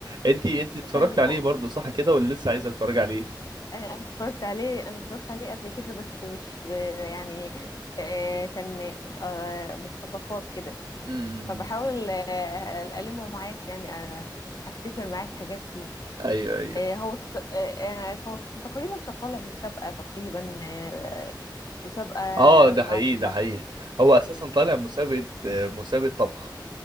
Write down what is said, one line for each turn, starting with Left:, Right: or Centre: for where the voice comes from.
Right: انت انت اتفرجت
Left: طيب
Right: عليه برضه صح كده ولا لسه عايزه تتفرج عليه
Left: انا أنا اتفرجت عليه انا اتفرجت عليه قبل كده بس مش ب- يعني آه، كان آه، مقتطفات كده
Right: امم
Left: فبحاول آه، ألمه معاك يعني آه، افتكر معاك حاجات فيه
Right: ايوه ايوه
Left: آه، هو تق- آه، آه، كان كان تقريبا كان طالع مسابقة تقريبا آه، مسابقة
Right: اه ده
Left: مع
Right: حقيقي ده
Left: مع
Right: حقيقي هو اساسا طالع مسابقة آه، مسابقة طبخ